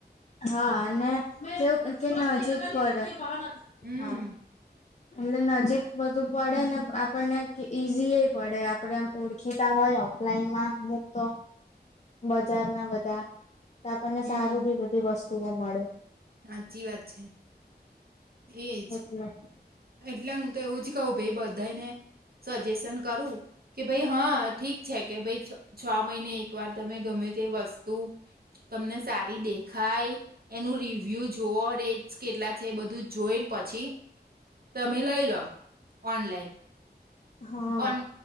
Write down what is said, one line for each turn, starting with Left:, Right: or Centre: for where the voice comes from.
Left: હા અને તેવું કે નજીક પડે
Right: હમ
Left: હા. એટલે નજીક બધું પડે ને આપણને ઈઝી એ પડે આપડે. ઓળખીતા હોય ઓફલાઈનમાં અમુક તો બજાર ના બધા. તો આપણને
Right: હમ
Left: સારું બી બધી વસ્તુઓ મળે.
Right: સાચી વાત છે. એજ
Left: <inaudible>
Right: એટલે હું તો એવું જ કહઉ, ભાઈ બધાને સજેશન કરું કે ભાઈ હા. ઠીક છે કે. ભાઈ છ મહિને એક વાર તમે ગમે તે વસ્તુ. તમને સારી દેખાય. એનું રિવ્યુ જોઓ રેટસ કેટલા છે. એ બધું જોઈને પછી. તમે લઈ લો ઓનલાઈન.
Left: હા
Right: પણ